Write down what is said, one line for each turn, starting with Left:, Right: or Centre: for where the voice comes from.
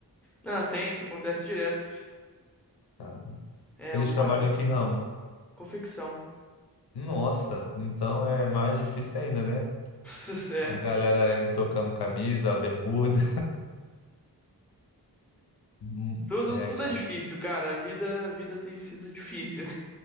Centre: Não, tem, isso acontece direto.
Left: Tá.
Centre: É
Left: Eles
Centre: uma
Left: trabalham em que ramo?
Centre: confecção.
Left: Nossa, então é mais difícil ainda, né?
Centre: <laughs> É.
Left: A galera tocando camisa, bermuda. Hum,
Centre: Tudo,
Left: É,
Centre: tudo
Left: cara.
Centre: é difícil, cara. A vida, a vida tem sido difícil.